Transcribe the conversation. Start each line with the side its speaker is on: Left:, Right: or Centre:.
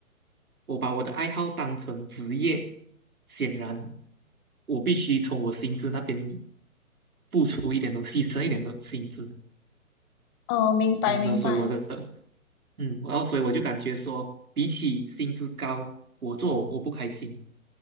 Right: 我把我的爱好当成职业，显然我必须从我薪资那边出一点东西，牺牲一点的薪资，
Left: 哦，明白明白，
Right: 这样子哦所以我的，嗯，然后所以我就感觉说，比起薪资高，我做我不开心。